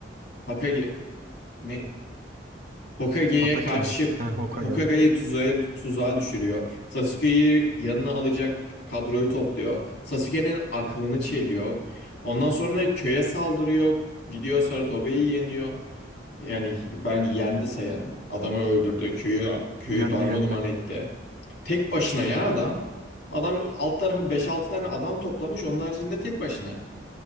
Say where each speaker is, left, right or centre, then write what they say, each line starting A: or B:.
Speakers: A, on the left; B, on the right.
A: Hokage ne Hokage'ye
B: Hatake
A: karşı
B: mi? He Hokage.
A: Hokage'yi tuzağa, tuzağa düşürüyor. Sasuke'yi yanına alacak kadroyu topluyor. Sasuke'nin aklını çeliyor. Ondan sonra köye saldırıyor. Gidiyor Sarutobi'yi yeniyor. Yani ben yendi sayarım. Adamı öldürdü. Köyü köyü
B: Yendi
A: darmaduman
B: yendi.
A: etti. Tek başına ya adam. Adam alt tarafı beş altı tane adam toplamış. Onun haricinde tek başına.